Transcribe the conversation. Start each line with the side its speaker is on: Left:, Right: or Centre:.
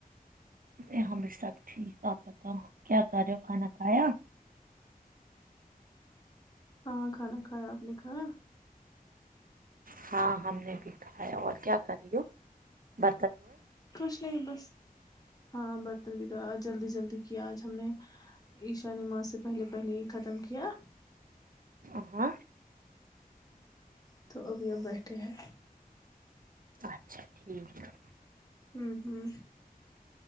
Right: یہاں بھی سب ٹھیک آپ پتاؤ کیا کر رہے ہو کھانا کھایا
Left: ہاںاں کھانا کھایا آپ نے کھایا
Right: ہاں ہم نے بھی کھایا اور کیا کر رہی ہو ب
Left: خوش نہیں بس ہاں برتن بھی تو آ جلدی جلدی کیا آج ہم نے عشا نے م سے پہلے پہلے ہی ختم کیا
Right: آ ہ
Left: تو ابھی اب بیٹھے ہیں
Right: اچھا ٹھیک ہے
Left: ہوں ہوں